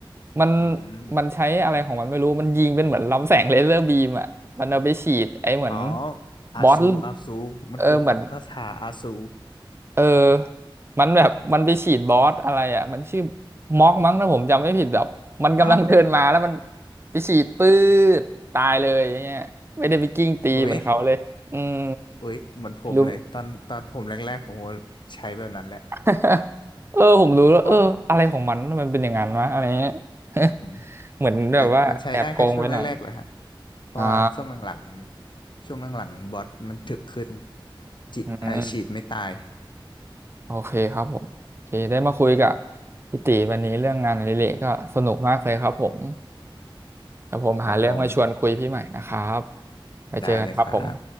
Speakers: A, on the right (about 30°); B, on the left (about 60°).
A: มัน
B: อืม
A: มันใช้อะไรของมันไม่รู้มันยิงเป็นเหมือนลำแสงเลเซอร์บีมอ่ะมันเอาไปฉีดไอ้เหมือน
B: อ๋ออาซูอาซูมันคือกักกชาอาซู
A: บอสเออเหมือนเออมันแบบมันไปฉีดบอสอะไรอ่ะมันชื่อม็อกมั้งถ้าผมจำไม่ผิดแบบมันกำลังเดินมาแล้วมัน
B: เอ้า
A: ไปฉีดปื๊ดตายเลยอย่างเงี้ยไม่ได้ไปกิ้งตีเหมือนเขาเลยอืม
B: โอ้ยโอ้ยเหมือนผมเลยตอนตอนผมแรกๆผมก็ใช้แบบนั้นแหละ
A: รู้ <laughs> เออผมรู้แล้วเอออะไรของมันทำไมมันเป็นอย่างนั้นวะอะไรเงี้ย
B: ก็
A: <laughs>
B: อืม
A: เหมือนแบบว่าแอบโกงไปหน่อย
B: แต่มันใช้ได้แค่ช่วงแรกๆเลยฮะเพราะว่าช่วงหลังๆช่วงหลังๆบอทมันถึกขึ้น
A: อ่า
B: จิเอ่อฉีดไม่ตาย
A: อืมโอเคครับผมโอเคได้มาคุยกับพี่ตีวันนี้เรื่องงานอดิเรกก็สนุกมากเลยครับผมแต่ผมหาเรื่องมาชวนคุยพี่ใหม่นะครับ
B: ครับผม
A: ไปเจอกันครับผม
B: ได้เลยครับ